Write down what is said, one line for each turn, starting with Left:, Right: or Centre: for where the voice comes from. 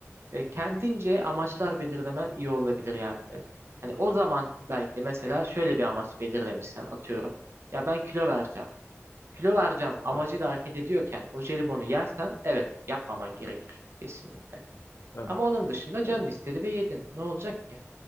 Right: E, kendince amaçlar belirlemen iyi olabilir yani. E, Hani o zaman belki de mesela şöyle bir amaç belirlemişsen atıyorum. Ya ben kilo vereceğim. Kilo vereceğim amacıyla
Left: Evet.
Right: hareket ediyorken o jelibonu yersen evet yapmaman gerekir kesinlikle.
Left: evet.
Right: Ama onun dışında
Left: Ya,
Right: canın istedi ve yedin. Ne olacak ki?